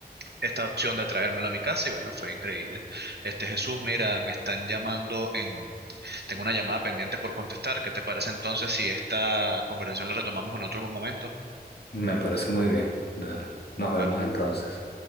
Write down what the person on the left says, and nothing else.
Me parece muy bien. Dale, nos vemos
entonces.